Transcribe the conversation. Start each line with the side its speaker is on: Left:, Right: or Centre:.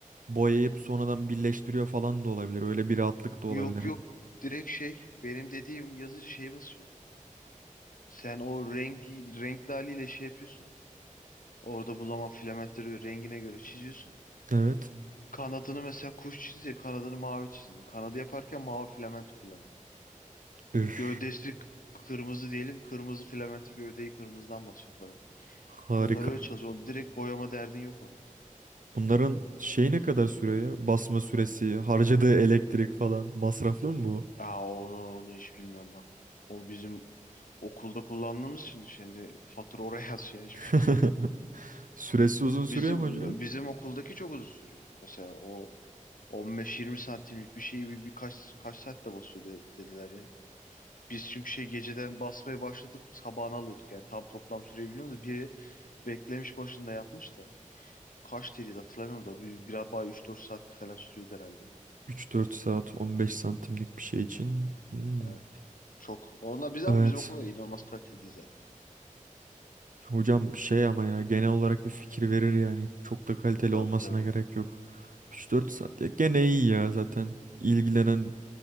Right: boyayıp sonradan birleştiriyor falan da olabilir. Öyle bir rahatlık da olabilir.
Left: Yok yok direkt şey benim dediğim yazıcı şey basıyor. Sen o renk renkli haliyle şey yapıyorsun. Orada bulama filamentleri rengine göre çiziyorsun.
Right: Evet.
Left: Kanadını mesela kuş çiziyor kanadını mavi çizdin. Kanadı yaparken mavi filamenti kullanıyor.
Right: Üf,
Left: Gövdesi kırmızı diyelim kırmızı filamenti gövdeyi kırmızıdan basıyor falan.
Right: harika.
Left: Onlar öyle çalışıyor. Onu direkt boyama derdin yok onda.
Right: Bunların şeyi ne kadar sürüyor ya? Basma süresi, harcadığı elektrik falan. Masraflı mı bu?
Left: Aa onu, onu hiç bilmiyorum bak. O bizim okulda kullandığımız için şimdi fatura oraya <laughs> yaz yani hiçbir
Right: <laughs>
Left: fikrim yok.
Right: Süresi uzun sürüyor
Left: Bizim
Right: mu hocam?
Left: bizim okuldaki çok uzun sürüyor. Mesela o 15-20 santimlik bir şeyi bir, birkaç kaç saatte basıyor de- dediler ya. Biz çünkü şey geceden basmaya başladıp sabahına alıyorduk yani tam toplam süreyi bilmiyorum da biri beklemiş başında yapmış da kaç dedi hatırlamıyorum da bir, bir bay 3-4 saat falan sürüyordu herhalde.
Right: 3-4 saat 15
Left: Hı,
Right: santimlik bir şey için. Hmm.
Left: Evet. Çok. Onlar biz ama
Right: Evet.
Left: bizim okulda inanılmaz kaliteliydi zaten.
Right: Hocam şey ama ya genel olarak bir fikir verir yani. Çok da kaliteli
Left: Tabii
Right: olmasına
Left: tabii.
Right: gerek yok. 3-4 saat ya gene iyi ya zaten. ilgilenen